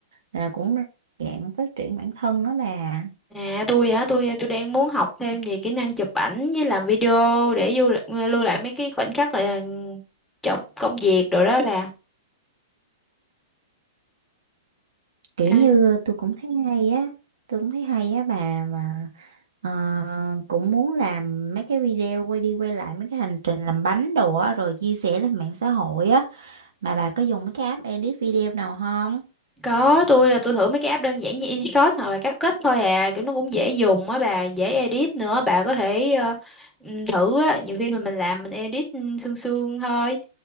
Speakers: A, on the right (about 60°); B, in the centre.
A: rồi cũng là dạng phát triển bản thân đó bà
B: à tôi hả tôi tôi đang muốn học thêm về kỹ năng chụp ảnh với làm video để lưu, lưu lại mấy cái khoảnh khắc là ừ, trong công việc rồi đó bà
A: kiểu
B: à,
A: như tôi cũng thấy hay á tôi cũng thấy hay á bà mà ờ, cũng muốn làm mấy cái video quay đi quay lại mấy cái hành trình làm bánh đồ á rồi chia sẻ lên mạng xã hội á mà bà có dùng mấy cái app edit video nào không
B: có tôi là tôi thử mấy cái app đơn giản như InShot hoặc là CapCut thôi à kiểu nó cũng dễ dùng á bà dễ edit nữa bà có thể ờ, ừm, thử á nhiều khi mà mình làm mình edit ừm, sương sương thôi